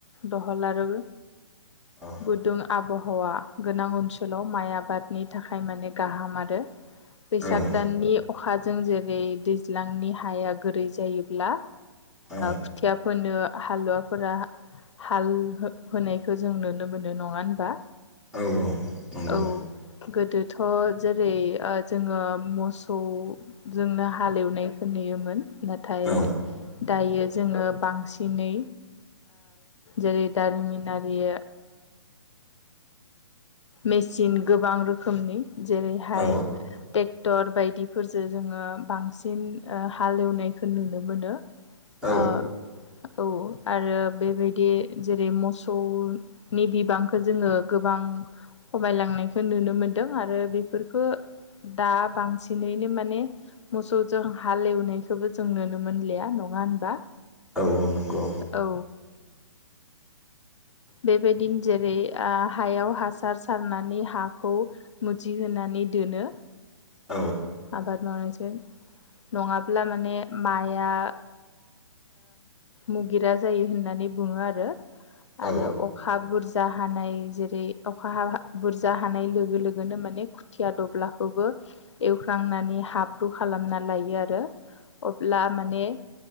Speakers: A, on the left; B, in the centre.
A: दहल आरो।
B: औ
A: गुदुं आबहावा गोनां ओनसोलाव माइ आबादनि थाखाय माने गाहाम आरो। बैसाग
B: औ
A: दाननि अखाजों जेरै दैज्लांनि हाया गोरै जायोब्ला।
B: औ
A: खुथिया फोनो हालुवाफोरा हाल होनाय। बेखौ जों नुनो मोननाय नङा होनबा।
B: औ औ। नंगौ
A: औ गोदोथ' जेरै जोङो मोसौजोंनो। हालेवनायखौ नुयोमोन नाथाय
B: औ
A: दायो जोङो बांसिनै। जेरै दारिमिनारि। मेचिन गोबां रोखोमनि जेरैहाय।
B: औ
A: ट्रेक्टर बायदिफोरजों जोङो बांसिन हालेवनायखौ नुनो मोनो।
B: औ
A: ओ औ आरो बेबायदि जेरै मोसौनि बिबांखौ जोङो। गोबां खमायलांनायखौ नुनो मोनदों आरो बेफोरफोरखौ दा बांसिनैनो माने। मोसौजों हालेवनायखौबो जों नुनो मोनलिया नङा होनबा।
B: ओव ओव नोंखौ।
A: औ बेबायदिनो जेरै हायाव हासार सारनानै हाखौ मुजिहोनानै। नि दोनो।
B: औ
A: आबाद मावनायसै नङाब्ला माने माइआ। मुगिरा जायो होननानै बुङो आरो
B: औ
A: आरो अखा बुरजा। बुरजा हानाय जेरै अखा ह बुरजा हानाय लोगो लोगोनो माने खुथिया दब्लायखौबो। एवख्रांनानै हाब्रु खालामना लायो आरो अब्ला माने।